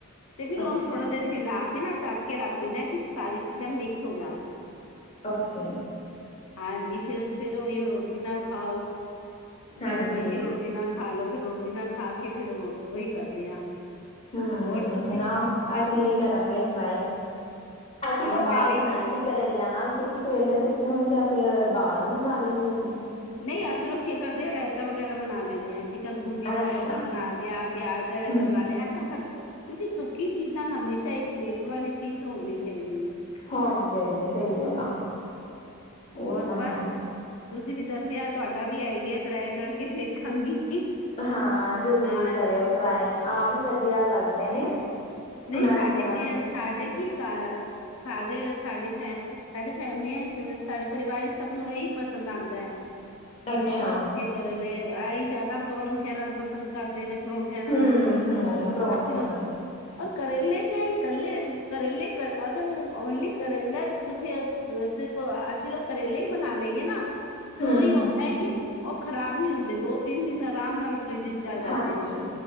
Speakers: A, on the left (about 80°); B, on the left (about 30°).
A: ਤੇ ਫੇਰ
B: ਅੱਛਾ
A: ਉਹਨੂੰ ਥੋੜਾ ਦੇਰ ਹਿਲਾ ਕੇ ਨਾ ਟ ਕੇ ਰੱਖ ਦਿਨੇ ਆ ਕਿ ਸਾਰੀ ਚੀਜ਼ਾਂ ਮਿਕਸ ਹੋ ਜਾਣ।
B: ਓਕੇ।
A: ਹਾਂਜੀ। ਫਿਰ -ਫਿਰ ਉਹੀਓ ਰੋਟੀ ਨਾਲ ਖਾਓ,
B: ਹਾਂਜੀ
A: ਜਿਹੜੀ ਮਰਜ਼ੀ ਰੋਟੀ‌ ਰੋਟੀ ਨਾ ਖਾ ਲੋੋ ਫਿਰ ਰੋਟੀ ਨਾ ਖਾ ਕੇ ਫੇਰ, ਉਹੀ ਕਰਦੇ ਆ।
B: ਹਮ
A: ਹੋਰ ਤੁਸੀਂ
B: ਨਾ
A: ਫਿਰ
B: ਅਸੀਂ ਵੀ ਕਰਾਂਗੇ ਟਰਾਈ, ਅਸੀਂ
A: ਹਾਂ
B: ਤਾਂ
A: ਮੈਂ
B: ਦਾਲ
A: ਵੀ
B: ਬਣਾਈ ਸੀ। ਕਰੇਲਿਆਂ ਨਾਲ ਕਿਉਂਕਿ ਕਰੇਲੇ ਸੁੱਕੇ ਹੁੰਦੇ ਆ, ਫਿਰ ਦਾਲ ਵੀ ਬਣਾ ਲਈ ਸੀ ਅਸੀਂ।
A: ਨਹੀਂ ਅਸੀਂ ਲੋਕ ਕਰਦੇ ਹਾਂ, ਰਾਇਤਾ ਵਗੈਰਾ ਬਣਾ ਲੈਂਨੇ ਆ ਜੀ। ਕਦੀ ਬੂਦੀ ਦਾ
B: ਅੱਛਾ
A: ਰਾਇਤਾ ਬਣਾ ਲਿਆ, ਪਿਆਜ ਦਾ ਰਾਇਤਾ
B: ਹੂੰ
A: ਬਣਾ ਲਿਆ ਐਕਣ ਕਰ ਕਿਉਂਕਿ ਸੁੱਕੀ ਚੀਜ਼ ਨਾਲ ਹਮੇਸ਼ਾ ਇੱਕ ਗ੍ਰੇਵੀ ਵਾਲੀ ਚੀਜ਼ ਤਾਂ ਹੋਣੀ ਚਾਹੀਦੀ ਐ।
B: ਹੋਣੀ ਚਾਹੀਦੀ ਐ। ਸਹੀ ਗੱਲ ਆ।
A: ਹੋਰ
B: ਇਹ ਤਾਂ
A: ਬਸ।
B: ਹੈ
A: ਤੁਸੀਂ ਵੀ ਦੱਸਿਐ ਤੁਹਾਡਾ ਵੀ ਆਈਡੀਆ ਟਰਾਈ ਕਰਕੇ ਦੇਖਾਂਗੀ।
B: ਹਾਂ ਜ਼ਰੂਰ
A: ਹਾਂ
B: ਕਰਿਓ ਟਰਾਈ, ਆਹ ਵੀ ਵਧੀਆ ਲੱਗਦੇ ਨੇ।
A: ਨਹੀਂ
B: ਮੈਂ
A: ਸਾਡੇ
B: ਵੀ ਕਰਾਂਗੀ
A: ਕੀ ਐ ਸਾਡੇ ਕੀ ਸਾਰੇ ਸਾਡੇ ਫੈ ਸਾਡੇ ਫੈਮਲੀਆਂ ਸਾਡੇ ਪਰਿਵਾਰ ਸਭ ਨੂੰ ਇਹੀ ਪਸੰਦ ਆਂਦਾ ਐ। ਕਿ
B: ਅੱਛਾ
A: ਵੈ ਸੁੱਕੇ ਕਰੇਲੇ ਆਹੀ ਜਿਆਦਾ ਪਰੌਂਠਿਆਂ ਨਾਲ ਪਸੰਦ ਕਰਦੇ ਨੇ। ਪਰੋਠਿਆ ਨਾਲ
B: ਹੂੰ ਹੂੰ
A: <unintelligible>
B: ਪਰੌਂਠੇ ਨਾਲ
A: ਕਰੇਲੇ ਚ ਹੀ ਕੱਲੇ ਕਰੇਲੇ ਕੜ ਅਗਰ ਓਨਲੀ ਕਰੇਲਾ ਤੁਸੀਂ ਸਿਰਫ ਅਸੀਂ ਲੋਕ ਕਰੇਲੇ ਹੀ ਬਣਾ ਲਈਏ ਨਾ। ਤੇ
B: ਹੂੰ
A: ਉਹੀ
B: ਹੂੰ
A: ਹੁੰਂਦਾ ਐ, ਕਿ ਓ ਖ਼ਰਾਬ ਨਹੀਂ ਹੁੰਦੇ ਦੋ-ਤਿੰਨ ਦਿਨ ਆਰਾਮ ਨਾਲ ਫਰਿੱਜ ਚੱਲ ਜਾਂਦੇ
B: ਹਾਂਜੀ
A: ਨੇ,